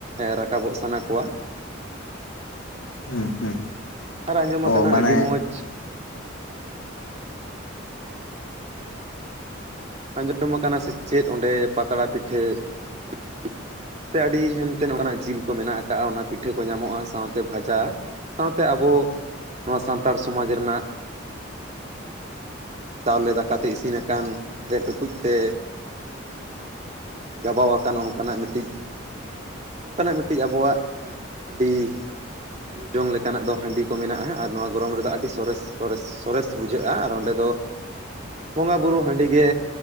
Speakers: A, on the right (about 35°); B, on the left (about 80°).
A: ᱨᱟᱠᱟᱵᱚᱜ ᱥᱟᱱᱟ ᱠᱚᱣᱟ ᱾
B: ᱦᱩᱸ ᱦᱩᱸ
A: ᱟᱨ ᱟᱸᱡᱚᱢᱟᱠᱟᱱᱟ
B: ᱚ ᱢᱟᱱᱮ
A: ᱟᱹᱰᱤ ᱢᱚᱡᱽ ᱟᱸᱡᱚᱢ ᱟᱠᱟᱱᱟ ᱥᱮ ᱪᱮᱫ ᱚᱸᱰᱮ ᱯᱟᱛᱲᱟ ᱯᱤᱴᱷᱟᱹ ᱥᱩᱠᱨᱤ <unintelligible> ᱥᱮ ᱟᱹᱰᱤ ᱦᱟᱱᱛᱮ ᱱᱚᱝᱠᱟᱱᱟᱜ ᱡᱤᱞ ᱠᱚ ᱢᱮᱱᱟᱜ ᱟᱠᱟᱜᱼᱟ ᱚᱱᱟ ᱯᱤᱴᱷᱟᱹ ᱠᱚ ᱧᱟᱢᱚᱜᱼᱟ ᱥᱟᱶ ᱛᱮ ᱵᱷᱟᱡᱟ ᱥᱟᱶᱛᱮ ᱟᱵᱚ ᱱᱚᱣᱟ ᱥᱟᱱᱛᱟᱲ ᱥᱚᱢᱟᱡᱽ ᱨᱮᱱᱟᱜ ᱪᱟᱣᱞᱮ ᱫᱟᱠᱟᱛᱮ ᱤᱥᱤᱱ ᱟᱠᱟᱱ ᱦᱮᱸᱫᱮ ᱴᱩᱠᱩᱡ ᱛᱮ ᱜᱟᱵᱟᱣ ᱟᱠᱟᱱ ᱚᱱᱠᱟᱱᱟᱜ ᱢᱤᱫᱴᱤᱡ ᱱᱚᱝᱠᱟᱱᱟᱜ ᱢᱤᱫ ᱴᱤᱡ ᱟᱵᱚᱣᱟᱜ ᱦᱟᱺᱰᱤ ᱧᱩ ᱡᱚᱝ ᱞᱮᱠᱟᱱᱟᱜ ᱫᱚ ᱦᱟᱺᱰᱤ ᱠᱚ ᱢᱮᱱᱟᱜᱼᱟ ᱟᱨ ᱱᱚᱣᱟ ᱜᱚᱨᱚᱢ ᱨᱮᱫᱚ ᱟᱹᱰᱤ ᱥᱚᱨᱮᱥ ᱥᱚᱨᱮᱥ ᱥᱚᱨᱮᱥ ᱵᱩᱡᱷᱟᱹᱜᱼᱟ ᱟᱨ ᱚᱸᱰᱮ ᱫᱚ ᱵᱚᱸᱜᱟ ᱵᱩᱨᱩ ᱦᱟᱺᱰᱤ ᱟᱹᱰᱤ ᱜᱮ